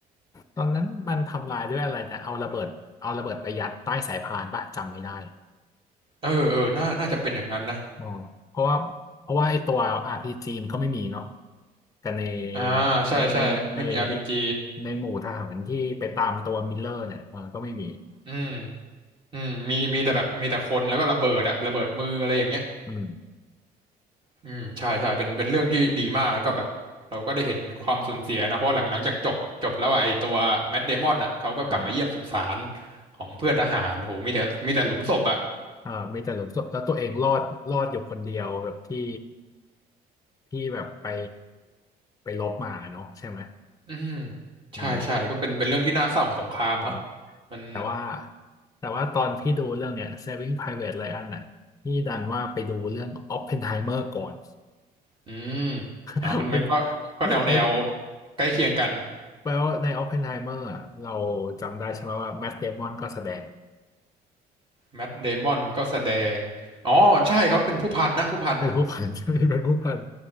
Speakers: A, on the left; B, on the right.
A: ตอนนั้นมันทำลายด้วยอะไรนะเอาระเบิดเอาระเบิดไปยัดใต้สายพานป่ะจำไม่ได้
B: เออเออน่าน่าจะเป็นอย่างนั้นนะ
A: อ๋อเพราะว่าเพราะว่าไอ้ตัว RPG มันก็ไม่มีเนาะกันใน
B: อ่าใช่ใช่ไม่มี
A: ในในในไอ้
B: RPG
A: ในหมู่ทหารที่ไปตามตัวมิลเลอร์เนี่ยเออก็ไม่มี
B: อืมอืมมีมีแต่แบบมีแต่คนแล้วก็ระเบิดอะระเบิดมืออะไรอย่างเงี้ย
A: อืม
B: อืมใช่ใช่เป็นเป็นเรื่องที่ดีมากแล้วก็แบบเราก็ได้เห็นความสูญเสียนะเพราะหลังหลังจากจบจบแล้วอะไอตัวแมทเดมอนอะเขาก็กลับมาเยี่ยมสุสาน
A: อ่า
B: ของเพื่อนทหารโหมีแต่มีแต่หลุมศพอะ
A: เออมีแต่หลุมศพแล้วตัวเองรอดรอดอยู่คนเดียวแบบที่ที่แบบไปไปลบมาเนาะใช่ไหม
B: อืมใช่ใช่ก็เป็นเป็นเรื่องที่น่าเศร้าของสงครามเนาะ
A: อืมครับ
B: มัน
A: แต่ว่าแต่ว่าตอนพี่ดูเรื่องเนี้ย Saving Private Ryan น่ะพี่ดันว่าไปดูเรื่อง Oppenheimer ก่อน
B: อืม
A: <laughs>
B: อ๋อะมันมันก็ก็แนวแนว
A: ไม่ไม่
B: ใกล้เคียงกัน
A: แปลว่าใน Oppenheimer อะเราจำได้ใช่ไหมว่า Matt Damon ก็แสดง
B: แมทเดมอนก็แสดงอ๋อใช่เขาเป็นผู้พันนะผู้พัน
A: เป็นผู้พัน <laughs> เป็นผู้พัน